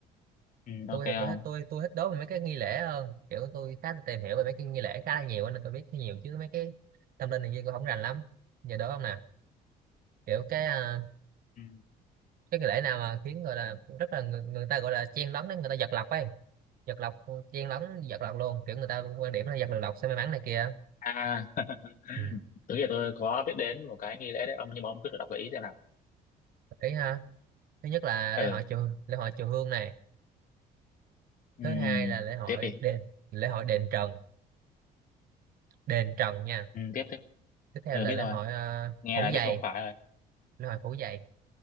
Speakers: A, on the left; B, on the right.
A: ừ, ok
B: tôi
A: không
B: thì tôi hết tôi tôi thích đố về mấy cái nghi lễ hơn kiểu tôi khá là tìm hiểu về mấy cái nghi lễ khá là nhiều á, nên tôi biết khá nhiều chứ mấy cái tâm linh này kia tôi không rành lắm giờ đố không nè kiểu cái à,
A: ừ.
B: cái nghi lễ nào mà khiến gọi là rất là người, người ta gọi là chen lấn đấy người ta giật lộc ấy giật lộc chen lấn giật lộc luôn kiểu người ta quan điểm là giật được lộc sẽ may mắn này kia
A: à <laughs>
B: ừ.
A: tôi nghĩ là tôi có biết đến một cái nghi lễ đấy ông nhưng mà ông cứ thử đọc gợi ý xem nào
B: ý ha thứ nhất là
A: ừ,
B: lễ hội chùa lễ hội chùa Hương này
A: ừ.
B: thứ hai là lễ hội
A: tiếp đi
B: đền lễ hội đền Trần đền Trần nha
A: ừ, tiếp tiếp
B: tiếp theo
A: ừ,
B: là
A: biết
B: lễ
A: rồi
B: hội uh,
A: nghe
B: phủ
A: là biết
B: giày
A: không phải rồi
B: lễ hội phủ giày